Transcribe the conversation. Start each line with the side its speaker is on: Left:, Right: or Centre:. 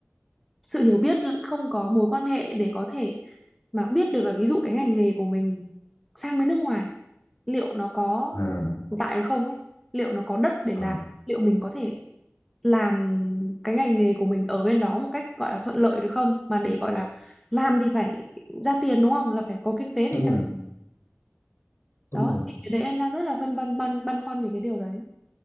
Centre: sự hiểu biết lẫn không có mối quan hệ để có thể mà biết được là ví dụ cái ngành nghề của mình sang bên nước ngoài liệu nó có
Left: à,
Centre: tồn tại được không ấy, liệu nó có đất để
Left: à
Centre: làm, liệu mình có thể làm cái ngành nghề của mình ở bên đó một cách gọi là thuận lợi được không? Mà để gọi là làm thì phải ra tiền đúng không? Là phải có kinh tế để
Left: đúng
Centre: chắc
Left: rồi đúng
Centre: đó.
Left: rồi
Centre: Thì cái đấy em đang rất là phân vân băn băn khoăn về cái điều đấy.